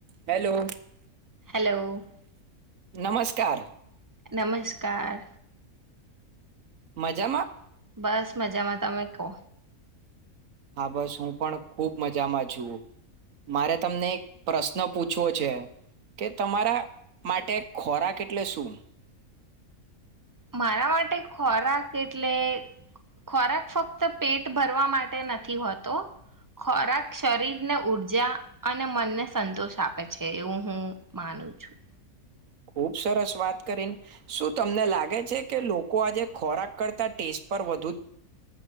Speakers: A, on the right; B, on the right.
A: Hello
B: hello
A: નમસ્કાર
B: નમસ્કાર
A: મજામાં
B: બસ મજામાં તમે કહો
A: હા બસ હું પણ ખુબ મજામાં છું મારે તમને એક પ્રશ્ન પૂછવો છે કે તમારા માટે ખોરાક એટલે શું
B: મારા માટે ખોરાક એટલે ખોરાક ફક્ત પેટ ભરવા માટે નથી હોતો ખોરાક શરીરને ઊર્જા અને મનને સંતોષ આપે છે એવું હું માનું છું.
A: ખુબ સરસ વાત કરી શું તમને લાગે છે કે લોકો આજે ખોરાક કરતા ટેસ્ટ પર વ